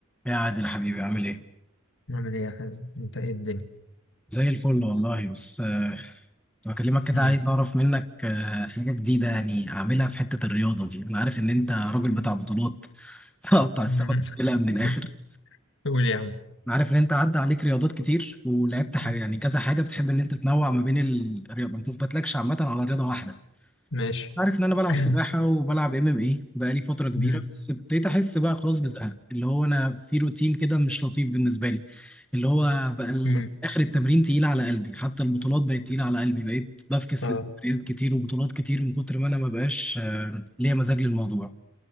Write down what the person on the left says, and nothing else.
نعمل ايه يا حازم انت ايه الدنيا
مم.
مم.
<laughs> قول يا عم
مم.
ماشي
<clears throat>
مم.
مم.
اه